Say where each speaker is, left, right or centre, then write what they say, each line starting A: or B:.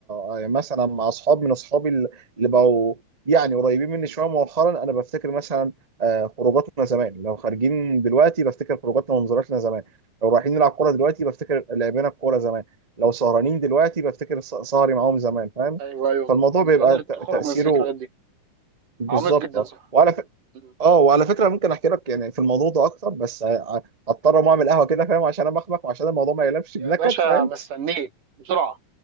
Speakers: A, on the right (about 40°); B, on the right (about 70°).
A: مثلا مع اصحاب من اصحابي اللي اللي بقوا يعني قريبين مني شويه مؤخرا انا بفتكر مثلا آه، خروجاتنا زمان لو خارجين دلوقتي بفتكر خروجاتنا ومنظراتنا زمان لو رايحين نلعب كوره دلوقتي بفتكر لعبنا الكوره زمان لو سهرانين دلوقتي بفتكر سهري
B: مم.
A: معاهم زمان فاهم
B: ايوه ايوه
A: فالموضوع
B: مش
A: بيبقى
B: قادر
A: ت-
B: تخرج
A: تأثيره
B: من الذكريات دي
A: بالظبط
B: عميق جدا
A: اه
B: صح
A: وعلى ف...
B: مم.
A: اه وعلى فكره ممكن احكي لك يعني في الموضوع ده اكتر بس ه- هضطر اقوم اعمل قهوه كده فاهم عشان امخمخ وعشان الموضوع ما يلفش
B: يا
A: بنكد
B: باشا
A: فاهم
B: مستنيك بسرعه